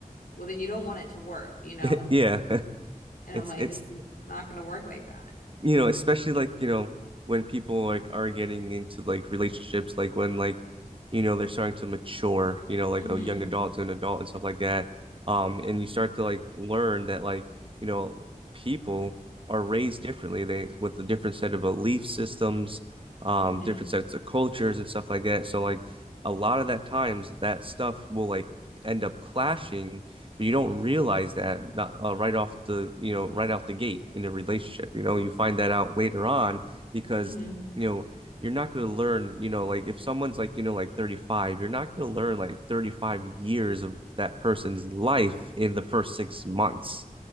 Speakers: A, on the left; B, on the right.
A: well, then you don't want it to work, you know?
B: <laughs> yeah. <laughs>
A: And
B: It's
A: I'm like,
B: it's
A: it's not going to work like that.
B: you know, especially like, you know, when people like are getting into like relationships, like when like, you know, they're starting to mature, you know, like
A: Mm-hmm.
B: a young adult to an adult and stuff like that. Um, and you start to like learn that like, you know, people are raised differently. They with a different set of belief systems, um,
A: Mm-hmm.
B: different sets of cultures and stuff like that. So like a lot of that times that stuff will like end up clashing but you don't realize that uh, uh, right off the, you know, right out the gate in a relationship. You know, you find that out later on because,
A: Mm-hmm.
B: you know, you're not going to learn, you know, like if someone's like, you know, like 35, you're not going to learn like 35 years of that person's life in the first six months,